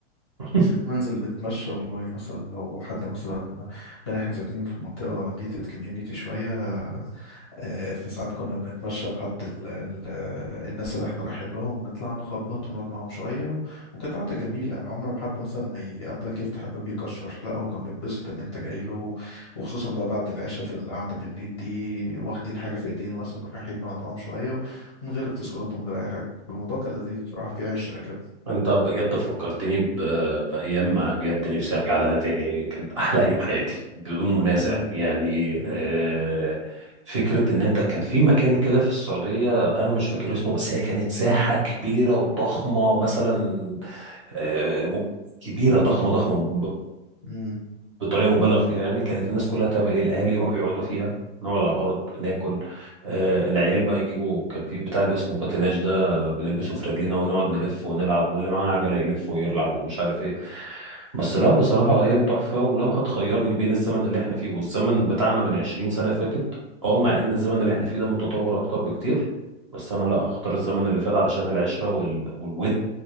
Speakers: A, on the right; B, on the left.
A: مم.
B: وننزل نتمشى والله مثلا لو حد مثلا لان احنا ساكنين في منطقه جيتد كوميونيتي شويه آه، فساعات كنا بنتمشى لحد ال ال الناس اللي احنا رايحين لهم نطلع نخبط ونقعد معاهم شوية و... وكانت قعدة جميلة يعني عمر ما حد مثلا ما يقابلك يفتح الباب يكشر لا هو كان بيتبسط ان انت جاي له وخصوصا بقى بعد العشاء في القعدة بالليل دي واخدين حاجة في ايدينا مثلا رايحين نقعد معاهم شوية من غير اتصالات ومن غير اي حاجة الموضوع كان لذيذ بصراحة في عشرة كده
A: انت بجد فكرتني ب... بايام انا بجد نفسي ارجع لها تاني كانت احلى ايام حياتي بدون منازع
B: امم
A: يعني
B: إمم،
A: آه... فكره ان انت كان في مكان كده في السعوديه انا مش فاكر اسمه بس هي كانت ساحه كبيره وضخمه مثلا آه، م- كبيره ضخمه ضخمه
B: إمم.
A: بطريقه مبالغ فيها يعني كانت الناس كلها تعمل ايه الاهالي يروحوا يقعدوا فيها نقعد على الارض ناكل آه العيال بقى يجيبوا كان في بتاع اللي اسمه الباتيناج ده بنلبسه في رجلينا ونقعد نلف ونلعب واللي معاه عجله يلف ويلعب ومش عارف ايه بس لا بصراحه ايام تحفه ولو هتخيرني بين الزمن اللي احنا فيه والزمن بتاعنا من 20 سنه فاتت اه مع ان الزمن اللي احنا فيه ده متطور اكتر بكتير بس انا لا هختار الزمن اللي فات علشان العشره وال... والود